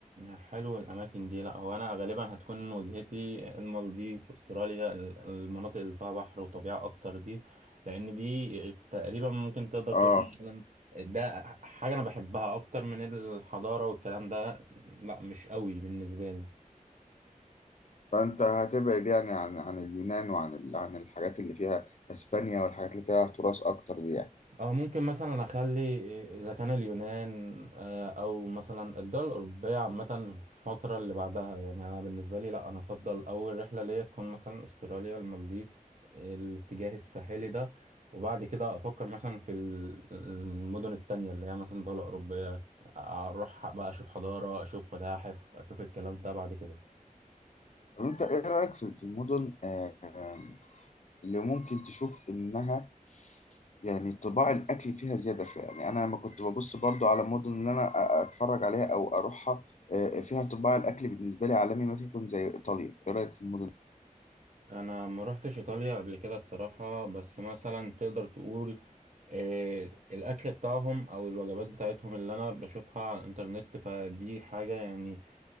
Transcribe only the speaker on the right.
حلو الأماكن دي لأ هو أنا غالبا هتكون وجهتي المالديف أستراليا ال- المناطق اللي فيها بحر وطبيعة أكتر دي لأن دي تقريبا ممكن تقدر تقول
مثلا ده حاجة أنا بحبها أكتر من الحضارة والكلام ده لأ مش قوي بالنسبة لي
أو ممكن مثلا أخلي إذا كان اليونان آه، أو مثلا الدول الأوروبية عامة في الفترة اللي بعدها يعني أنا بالنسبة لي لأ أنا أفضل أول رحلة ليا تكون مثلا أستراليا المالديف الاتجاه الساحلي ده وبعد كده أفكر مثلا في ال- المدن التانية اللي هي مثلا دولة أوروبية أروح بقى أشوف حضارة أشوف متاحف أشوف الكلام ده بعد كده
انا ما روحتش ايطاليا قبل كده الصراحه بس مثلا تقدر تقول آه، الاكل بتاعهم او الوجبات بتاعتهم اللي انا بشوفها على الانترنت فدي حاجه يعني